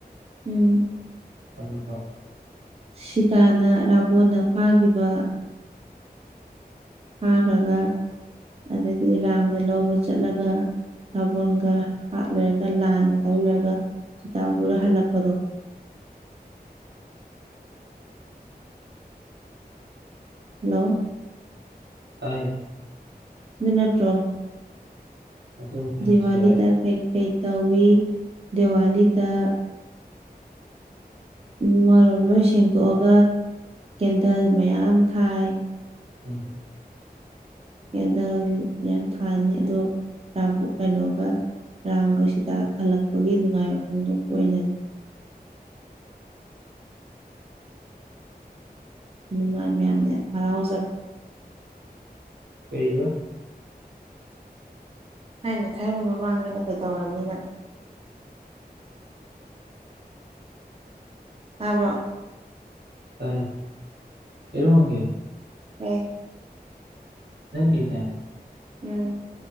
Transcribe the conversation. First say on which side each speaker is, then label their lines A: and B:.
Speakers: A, on the right; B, on the right.
A: ꯎꯝ
B: ꯑꯗꯨꯒꯀ
A: ꯁꯤꯇꯥꯅ ꯔꯥꯕꯣꯟꯅ ꯐꯥꯈꯤꯕ ꯐꯥꯈ꯭ꯔꯒ ꯑꯗꯩꯗꯤ ꯔꯔꯥꯝꯅ ꯂꯧꯕ ꯆꯠꯂꯒ ꯕꯣꯟꯒ ꯍꯥꯠꯂꯔꯒ ꯂꯥꯟꯒ ꯇꯧ ꯂꯩꯔꯒ ꯁꯤꯤꯇꯥ ꯄꯨꯔ ꯍꯜꯂꯛꯄꯗꯣ
B: <inaudible>
A: ꯍꯜꯂꯣ
B: ꯇꯥꯏꯌꯦ
A: ꯑꯗꯨ ꯅꯠꯇ꯭ꯔꯣ
B: ꯑꯗꯨꯅꯤ ꯍꯥꯏꯕꯁꯨ
A: ꯗꯤꯋꯥꯂꯤꯗ
B: ꯌꯥꯏ
A: ꯀꯩ ꯀꯩ ꯇꯧꯏꯤ ꯗꯤꯋꯥꯂꯤꯗ ꯨ ꯃꯔꯣ ꯂꯣꯏ ꯁꯦꯡꯗꯣꯛꯑꯒ ꯀꯦꯟꯗꯜ ꯃꯌꯥꯝ ꯊꯥꯏ
B: ꯎꯝ
A: ꯀꯦꯗꯜ ꯌꯥꯝ ꯊꯥꯅꯤ ꯑꯗꯣ ꯥꯕꯨ ꯀꯩꯅꯣꯒ ꯔꯥꯝꯒ ꯁꯤꯗ ꯍꯜꯂꯛꯄꯒꯤ ꯅꯨꯡꯉꯥꯏꯕ ꯐꯣꯡꯗꯣꯛꯄ ꯑꯣꯏꯅꯅꯤ ꯃꯥ ꯃꯌꯥꯝꯅꯦ ꯍꯔꯥꯎꯖꯕ
B: ꯀꯩꯕ
A: ꯍꯥꯏꯩꯅ ꯊꯥꯏꯕ ꯃꯃꯥꯡꯉꯩꯗ ꯀꯩꯗꯧꯔꯕꯝꯅꯤꯅ ꯑꯕ
B: ꯇꯥꯏ ꯑꯦꯔꯃꯡꯒꯦ
A: ꯎꯝ
B: ꯅꯪꯅꯦ
A: ꯎꯝ